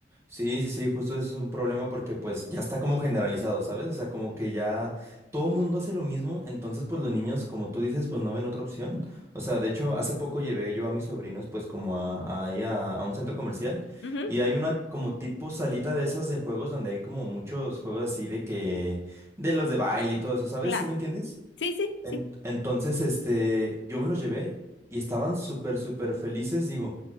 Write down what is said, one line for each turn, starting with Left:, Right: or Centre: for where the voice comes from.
Right: Sí, sí, sí, justo eso es un problema porque pues ya está como generalizado, ¿sabes? O sea, como que ya todo mundo hace lo mismo, entonces pues los niños, como tú dices, pues no ven otra opción. O sea, de hecho, hace poco llevé yo a mis sobrinos pues como a, ahí a, a un centro comercial
Left: Ujú,
Right: y hay una como tipo salita de esas de juegos donde hay como muchos juegos así de que, de los de baile y todo eso, ¿sabes?
Left: claro.
Right: ¿Sí me entiendes?
Left: Sí, sí,
Right: En-
Left: sí.
Right: entonces, este, yo me los llevé y estaban súper, súper felices. Digo,